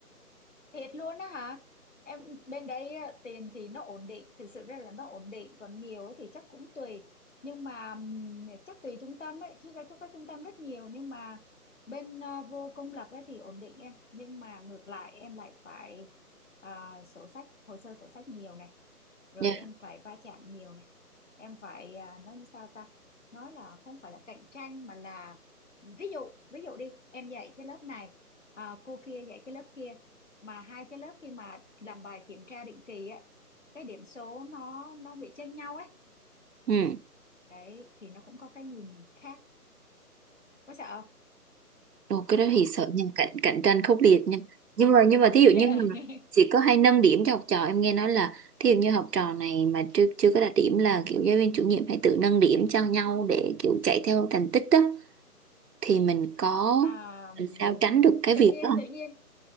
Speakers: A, on the left; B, on the right.
A: Thiệt luôn á hả? Em bên đấy à, tiền thì nó ổn định, thực sự ra là nó ổn định, còn nhiều ấy thì chắc cũng tùy. Nhưng mà ừm, chắc tùy trung tâm ấy, chứ cho các trung tâm rất nhiều nhưng mà bên à, vô công lập ấy thì ổn định em, nhưng mà ngược lại em lại phải à, sổ sách, hồ sơ sổ sách nhiều này, rồi
B: dạ
A: em phải va chạm nhiều này. Em phải à, nói như sao ta? Nói là không phải là cạnh tranh mà là ví dụ, ví dụ đi, em dạy cái lớp này, à, cô kia dạy cái lớp kia mà hai cái lớp khi mà làm bài kiểm tra định kỳ á cái điểm số nó nó bị chênh nhau ấy
B: ừ
A: đấy thì nó cũng có cái nhìn khác có sợ không
B: Ồ, cái đó thì sợ nha cạnh cạnh tranh khốc liệt nha nhưng mà nhưng mà thí dụ
A: <laughs>
B: như mà chỉ có hay nâng điểm cho học trò em nghe nói là thí dụ như học trò này mà chưa chưa có đạt điểm là kiểu giáo viên chủ nhiệm hay tự nâng điểm cho nhau để kiểu chạy theo thành tích đó thì mình có
A: à,
B: làm sao tránh được cái
A: tự
B: việc
A: nhiên
B: đó không?
A: tự nhiên